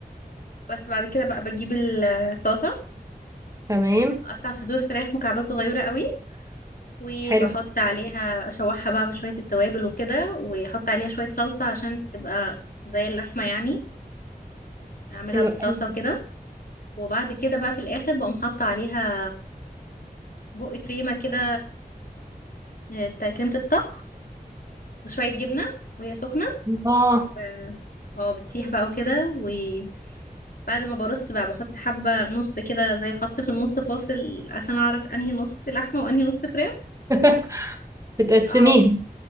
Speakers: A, on the left; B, on the right.
A: بس بعد كده بقى بجيب الطاسه
B: تمام
A: اقطع صدور فراخ مكعبات صغيره قوي وبحط
B: حلو
A: عليها اشوحها بقى مع شوية التوابل وكده واحط عليها شوية صلصة عشان تبقى زي اللحمة يعني اعملها
B: حلو
A: بالصلصة
B: قوي
A: وكده وبعد كده بقى في الاخر بقوم حاطة عليها بق كريمة كده آه، بتاع كريمة الطهي وشوية جبنة وهي سخنة
B: اه
A: ف اه بتسيح بقى وكده وبعد ما برص بقى بحط حبة نص كده زي خط في النص فاصل عشان اعرف انهي نص لحمة وانهي نص فراخ
B: <laughs> بتقسميها
A: اه